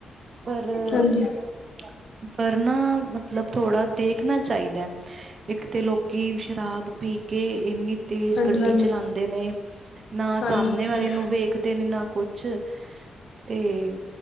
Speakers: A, on the right; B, on the left.
A: ਪਰ-ਪਰ
B: ਹਾਂਜੀ ਹਾਂਜੀ
A: ਨਾ ਮਤਲਬ ਥੋੜ੍ਹਾ ਦੇਖਣਾ ਚਾਹੀਦਾ। ਇੱਕ ਤੇ ਲੋਕੀ ਸ਼ਰਾਬ ਪੀ ਕੇ ਇੰਨੀ ਤੇਜ਼
B: ਹਾਂਜੀ
A: ਗੱਡੀ ਚਲਾਂਦੇ ਨੇ। ਨਾ ਸਾਹਮਣੇ
B: ਹਾਂਜੀ ਹਾਂਜੀ
A: ਵਾਲੇ ਨੂੰ ਵੇਖਦੇ ਨੇ, ਨਾ ਕੁਛ ਕੁਛ ਤੇ